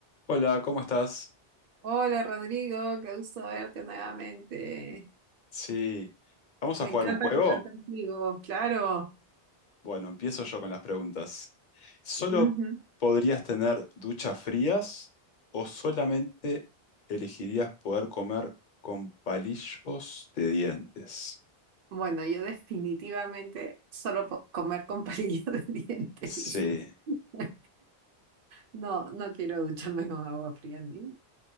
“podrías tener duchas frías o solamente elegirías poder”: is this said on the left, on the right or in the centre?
Left